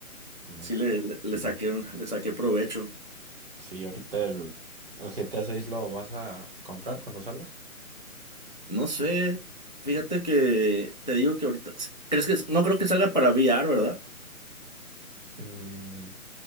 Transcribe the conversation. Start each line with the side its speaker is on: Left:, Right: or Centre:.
Right: Mm,
Left: Sí le, le, le
Right: chido.
Left: saqué, un- le saqué provecho.
Right: Sí, ahorita el, el G T a 6 lo vas a comprar cuando salga.
Left: No sé, fíjate que te digo que ahorita... sí, ¿Crees que no creo que salga para VR, ¿verdad?
Right: Mm,